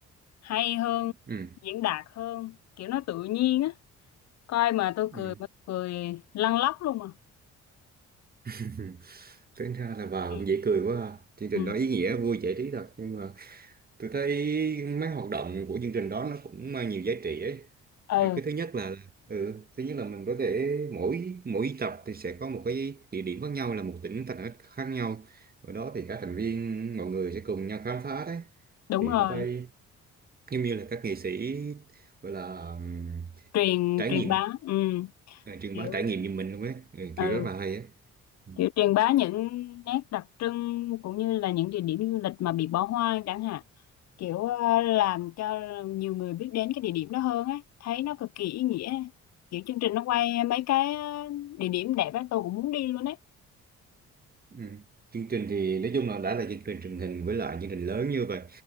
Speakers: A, on the left; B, on the right.
A: hay hơn
B: ừ,
A: diễn đạt hơn kiểu nó tự nhiên á coi mà tôi
B: ừ.
A: cười mà tôi cười lăn lóc luôn mà
B: <laughs> Tính ra là bà
A: ừ.
B: cũng dễ cười quá ha. Chương trình
A: ừ
B: đó ý nghĩa vui giải trí thật nhưng mà tôi thấy mấy hoạt động của chương trình đó nó cũng mang nhiều giá trị ấy.
A: ừ
B: Cái thứ nhất là ừ, thứ nhất là mình có thể mỗi mỗi tập thì sẽ có một cái địa điểm khác nhau là một tỉnh thành khác khác nhau. Ở đó thì các thành viên mọi người sẽ cùng nhau khám phá đấy.
A: đúng
B: Thì
A: rồi
B: tôi thấy giống như là các nghệ sĩ gọi là ừm,
A: truyền
B: trải
A: truyền
B: nghiệm
A: bá ừ
B: ờ, truyền
A: kiểu
B: bá trải nghiệm như mình luôn ấy, ừ,
A: ừ
B: kiểu rất là hay ấy. Ừ.
A: kiểu truyền bá những nét đặc trưng cũng như là những địa điểm du lịch mà bị bỏ hoang chẳng hạn kiểu ờ, làm cho nhiều người biết đến cái địa điểm đó hơn ấy thấy nó cực kỳ ý nghĩa kiểu chương trình nó quay mấy cái ờ, địa điểm đẹp ấy tôi cũng muốn đi luôn ấy
B: Ừ. Chương trình thì nói chung là đã là chương trình truyền hình với lại chương trình lớn như vậy